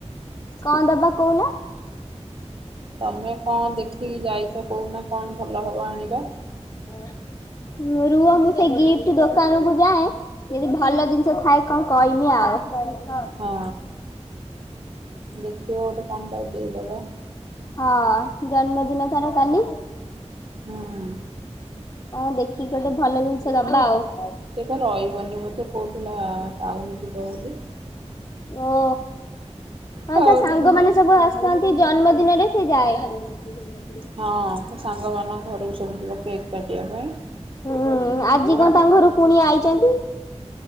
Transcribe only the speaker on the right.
ତମେ କଣ ଦେଖିକି ଯାଇଛ କହୁନା କଣ ଭଲ ହବ ଆଣିବା।
ହଁ ଦେଖିବ ଗୋଟେ କଣ ଟା ଦେଇଦବ।
ହଁ।
ସେ ତ ରହିବନି ବୋଧେ କହୁଥିଲା ଟାଉନ ଯିବ ବୋଲି।
ଟାଉନ
ଯିବ
ହଁ ତ ସାଙ୍ଗମାନଙ୍କ ଘରକୁ ସବୁ ଯିବେ କେକ୍ କାଟିବା ପାଇଁ।
ଆଉ